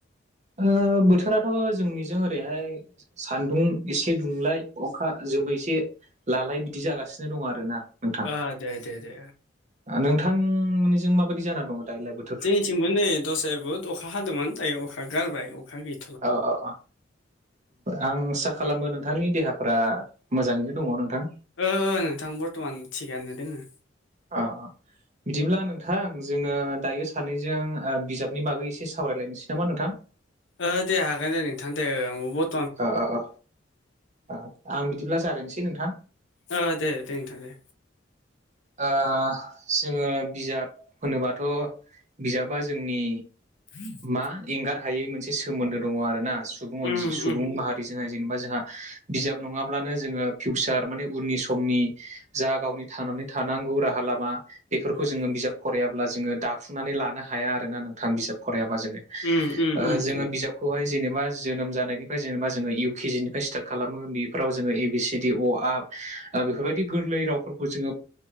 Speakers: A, on the right; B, on the left.
A: ओ बोथोराथ' जोंनिजों ओरैहाय सान्दुं एसे दुंलाय अखा ओ जोमै एसे लालाय बिदि जागासिनो दं आरो ना। नोंथां
B: ओ दे दे दे
A: ओ नोंथांमोनिजों माबायदि जाना दङ दायो बोथ
B: जोंनिथिंबो नै दस्राया बहुत अखा हादोंमोन दायो अखा गारबाय अखा गै
A: अ अ अ आं आसा खालामो नोंथांनि देहाफोरा मोजाङैनो दङ नोंथां।
B: ओ नोंथां बर्थमान थिगानो दोङो।
A: अ अ बिदिब्ला नोंथां जोङो दायो सानैजों ओ बिजाबनि बागै एसे सावरायलायनोसै नामा नोंथां?
B: ओ दे हागोन दे नोंथां दे ओं आंबो बहुत
A: ओ ओ ओ ओ आं बिदिब्ला जागायनोसै नोंथां
B: ओ दे दे नोंथां दे।
A: ओ जोङो बिजाब होनोबाथ बिजाबा जोंनि
B: <inaudible>
A: मा एंगार हायै मोनसे सोमोन्दो दङ आरो ना सुबुं अनजि
B: उम
A: सुबुं
B: उम
A: माहारिजोंहाय जेनेबा जोंहा बिजाब नङाब्लानो जोङो फिउसार माने उननि समनि जा गावनि थांनानै थानांगौ राहा लामा बेफोरखौ जोङो बिजाब फरायाब्ला जोङो दाफुंनानै लानो हाया आरो ना नोंथां बिजाब फरायाबा जोङो
B: उम उम
A: ओ
B: उम
A: जोङो बिजाब खौहाय जेनेबा जोनोम जानायनिफ्राय जेनेबा जोङो इउ के जि निफ्राय स्टार्ट खालामो बेफोराव जोङो ए बि सि डि अ आ ओ बेफोरबायदि गोरलै रावफ खौ जोङो